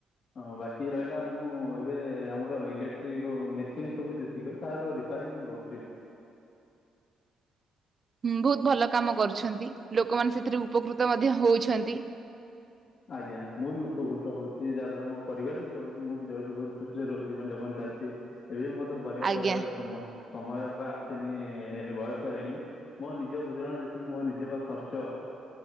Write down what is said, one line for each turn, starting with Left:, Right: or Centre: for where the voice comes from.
Left: ହଁ ବାକି ରହିଲା ମୁଁ ଏବେ ଆମର ଇଲେକ୍ଟ୍ରିକ ମେସିନ ସବୁ ଯେ ତାର ରିପ୍ୟାରିଙ୍ଗ କରୁଛି।
Right: ହୁଁ ବହୁତ ଭଲ କାମ କରୁଛନ୍ତି ଲୋକମାନେ ସେଥିରେ ଉପକୃତ ମଧ୍ୟ ହଉଛନ୍ତି।
Left: ଆଜ୍ଞା ମୁଁ ବି ଉପକୃତ ହଉଛି ଯାହା ଦ୍ୱାରା ମୋ ପରିବାର ବି ଚଳୁଛି ମୁଁ ବି ଚଳୁଛି ବହୁତ ଖୁସିରେ ରହୁଛି ଜୀବନ ଯାପନ ଚାଲିଛି। ଏବେ ମତେ ପରିବାର
Right: ଆଜ୍ଞା।
Left: ଚଳେଇବାର ସମ ସମୟ ବା ଆସେନି ବୟସ ହେଇନି। ମୋ ନିଜ ଗୁଜୁରାଣ ଯେତିକି ମୋ ନିଜ ବା ଖର୍ଚ୍ଚ